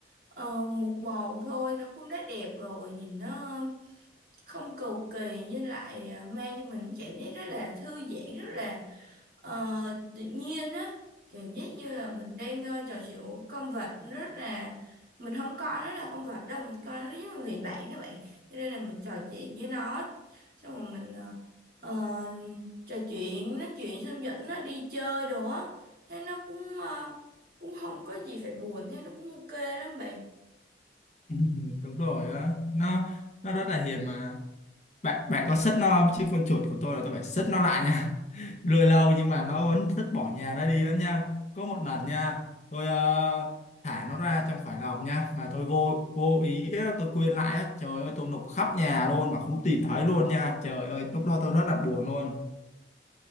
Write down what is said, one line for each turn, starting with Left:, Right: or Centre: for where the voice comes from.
Right: ờ, một màu thôi nó cũng đã đẹp rồi nhìn nó không cầu kỳ nhưng lại à, mang cho mình cảm giác rất là thư giãn rất là Ờ, tự nhiên á cảm giác như là mình đang ờ, trò chuyện một con vật nó rất là mình không coi nó là con vật đâu mình coi nó giống như người bạn các bạn cho nên là mình trò chuyện với nó xong rồi mình ờ, ờ, trò chuyện nói chuyện xong dẫn nó đi chơi đồ á thế nó cũng ờ, cũng không có gì phải buồn thế nó cũng ok lắm bạn
Left: Ừ, đúng rồi á nó nó rất là hiền mà bạn bạn có sất nó không chứ con chuột của tôi là tôi phải sất nó lại nha <laughs> nuôi lâu nhưng mà nó vẫn rất bỏ nhà ra đi lắm nha có một lần nha tôi ờ, thả nó ra trong khỏi lồng nha mà tôi vô vô ý á, tôi quên lại á trời ơi tôi lục khắp nhà luôn mà không tìm thấy luôn nha trời ơi lúc đó tôi rất là buồn luôn